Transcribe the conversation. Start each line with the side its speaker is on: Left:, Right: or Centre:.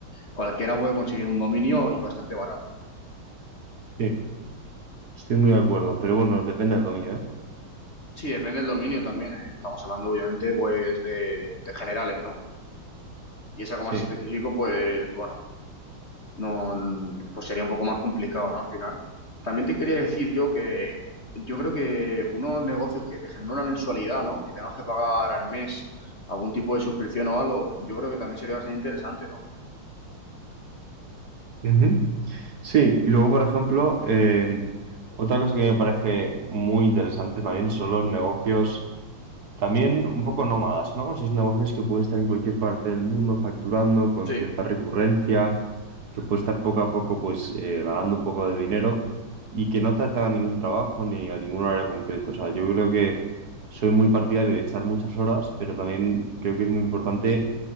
Left: cualquiera puede conseguir un dominio y bastante barato, ¿no?
Right: Sí, estoy muy de acuerdo, pero bueno, depende del dominio, ¿eh?
Left: Sí, depende del dominio también. eh, Estamos hablando, obviamente, pues de, de generales, ¿no? Y es algo
Right: Sí.
Left: más específico, pues bueno, no, pues sería un poco más complicado, ¿no? Al final. También te quería decir yo que yo creo que unos negocios que te generan una mensualidad, ¿no? Que tengas que pagar al mes algún tipo de suscripción o algo, yo creo que también sería bastante interesante, ¿no?
Right: Ujú. Sí, y luego, por ejemplo, eh, otra cosa que me parece muy interesante también son los negocios, también un poco nómadas, ¿no? Esos negocios que pueden estar en cualquier parte del mundo facturando con
Left: Sí.
Right: cierta recurrencia, que puede estar poco a poco pues eh, ganando un poco de dinero y que no te atan a ningún trabajo ni a ningún área concreto. O sea, yo creo que soy muy partidario de echar muchas horas, pero también creo que es muy importante